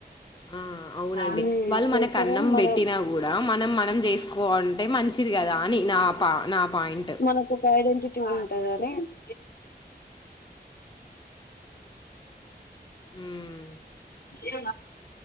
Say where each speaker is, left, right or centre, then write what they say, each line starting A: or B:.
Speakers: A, on the left; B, on the left.
A: ఆ అవునండి,
B: ఉమ్
A: వాళ్ళు మనకు
B: చేస్తారని
A: అన్నం
B: మన
A: పెట్టినా కూడా, మనం మనం చేసుకోంటే మంచిది కదా అని నా పా నా పాయింట్
B: మనకు ఒక ఐడెంటిటీ ఉంటుందని <inaudible>
A: మ్మ్
B: అే